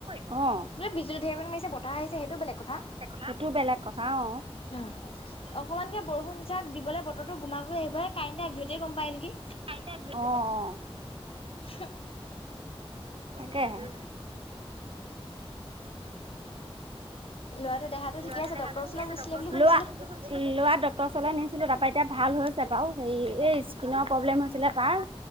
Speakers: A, on the right; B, on the left.
A: অ'।
B: বোলে বিজুলি ধেৰকণি মাৰিছে বতাহ আহিছে সেইটোও বেলেগ কথা।
A: সেইটোও বেলেগ কথা অঁ।
B: উম, অকমানকে বৰষুণ যাক দিবলে বতৰটো গোমা কৰি আহিব হে কাৰেণ্টোৱে আগ ধৰিতে গম পায় নেকি?
A: অঁ অঁ।
B: <unintelligible>
A: তাকেহে।
B: ল'ৰাটোৰ দেহাটো ঠিকে
A: লৰাটো
B: আছে
A: দেহাটো
B: ডক্টৰৰ ওচৰলৈ
A: ঠিকে আছে
B: নিছিলে
A: ডক্টৰ
B: বুলি
A: ওচৰলে
B: শুনিছিলো
A: নিছে বুলি শুনিছিলো। ল'ৰা ডক্টৰ ওচৰলে নিছিলো তাপা এতিয়া ভাল হৈছে বাৰু হেৰি এই স্কিনৰ প্ৰব্লেম হৈছি- ছিলে তাৰ